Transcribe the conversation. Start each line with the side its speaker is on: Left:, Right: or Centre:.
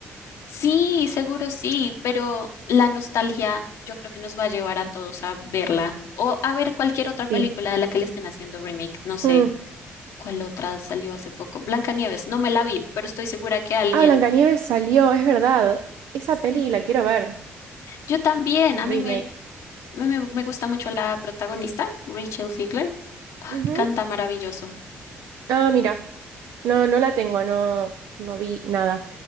Left: sí, seguro sí, pero la nostalgia yo creo que nos va a llevar a todos a verla o a ver cualquier
Right: Sí,
Left: otra película de la que le estén haciendo remake. No sé.
Right: Mm.
Left: ¿Cuál otra salió hace poco? Blancanieves, no me la vi, pero estoy segura que alguien.
Right: Ah, Blancanieves salió, es verdad. Esa
Left: sí.
Right: peli la quiero ver,
Left: Yo también,
Right: el
Left: a
Right: remake.
Left: mí me, me, me- me gusta mucho la protagonista, Rachel Ziegler. Ay,
Right: Ujú.
Left: canta maravilloso.
Right: Ah, mira, no, no la tengo, no, no vi nada.